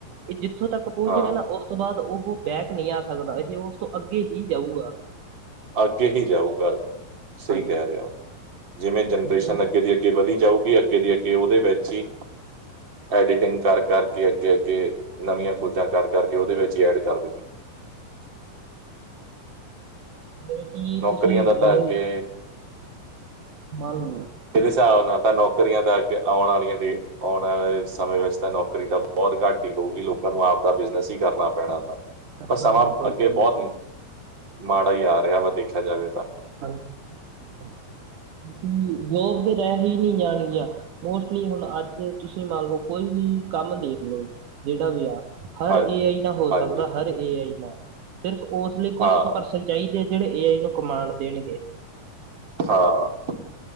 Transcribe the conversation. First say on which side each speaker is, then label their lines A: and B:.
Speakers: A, on the right (about 65°); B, on the right (about 30°).
A: ਐ ਜਿਥੋਂ ਤੱਕ ਪਹੁੰਚ
B: ਹਾਂ
A: ਰਯਾ ਨਾ ਓਸ ਤੋਂ ਬਾਅਦ ਓ ਉਹ ਬੈਕ ਨਹੀਂ ਆ ਸਕਦਾ, ਏਹ ਤੇ ਓਸ ਤੋਂ ਅੱਗੇ ਵੀ ਜਾਊਗਾ।
B: ਅੱਗੇ ਹੀ ਜਾਊਗਾ। ਸਹੀ
A: ਹਾਂਜੀ
B: ਕਹ ਰੇ ਓ, ਜਿਵੇਂ ਜੇਨਰੇਸ਼ਨ
A: ਜਿਵੇਂ
B: ਅੱਗੇ
A: ਕਿ
B: ਦੀ ਅੱਗੇ ਵਧੀ ਜਾਊ ਵੀ ਅੱਗੇ ਦੀ ਅੱਗੇ ਉਹਦੇ ਵਿੱਚ ਹੀ ਐਡੀਟਿੰਗ ਕਰ ਕਰਕੇ ਅੱਗੇ ਕੇ ਨਵੀਆਂ ਕੋੋਜਾਂ ਕਰ ਕਰਕੇ ਉਹਦੇ ਵਿੱਚ ਹੀ ਐਡ ਕਰ ਦਿੱ
A: ਜਿਵੇਂ ਕਿ
B: ਨੌਕਰੀਆਂ
A: ਤੁਸੀਂ
B: ਦਾ
A: ਮਨ
B: ਤਾਂ
A: ਲੋ
B: ਅੱਗੇ
A: ਮਾਨ ਲੋ
B: ਮੇਰੇ ਹਿਸਾਬ ਨਾ ਤਾਂ ਨੌਕਰੀ ਤਾਂ ਅੱਗੇ ਆਉਣ ਵਾਲੀਆਂ ਦੇ, ਆਉਣ ਵਾਲੇ ਸਮੇਂ ਵਿੱਚ ਤਾਂ ਨੌਕਰੀ ਤਾਂ ਬੋਤ ਘੱਟ ਹੀ ਹੋਊਗੀ ਲੋਕਾਂ ਨੂੰ ਆਪਦਾ ਬਿਜਨਸ ਹੀ ਕਰਨਾ ਪੈਣਾ ਵਾ,
A: ਕਰਨਾ
B: ਪਰ ਸਮਾਂ
A: ਹੀ ਪਊਗਾ
B: ਅੱਗੇ ਬੋਤ
A: ਜੀ
B: ਮਾੜਾ ਹੀ ਆ ਰਿਹਾ ਵਾ ਦੇਖਿਆ ਜਾਵੇ ਤਾਂ।
A: <unintelligible> ਜੋਬ ਤਾਂ ਰਹਿ ਹੀ ਨਹੀਂ ਜਾਣਗੀਆਂ। ਮੋਸਟਲੀ, ਹੁਣ ਅੱਜ ਤੁਸੀਂ ਮੰਨ ਲਓ! ਕੋਈ ਵੀ ਕੰਮ ਦੇਖ ਲਓ! ਜਿਹੜਾ ਵੀ ਆ ਹਰ
B: ਹਾਂਜੀ
A: ਏ ਆਈ ਨਾਲ ਹੋ
B: ਹਾਂਜੀ
A: ਸਕਦਾ। ਹਰ ਏ ਆਈ ਨਾਲ ਸਿਰਫ ਉਸ ਲਈ ਕੁਛ
B: ਹਾਂ
A: ਕੁ ਪਰਸਨ ਚਾਹੀਦੇ ਆ ।ਜਿਹੜੇ ਏ ਆਈ ਨੂੰ ਕਮਾਂਡ ਦੇਣਗੇ।
B: ਹਾਂ!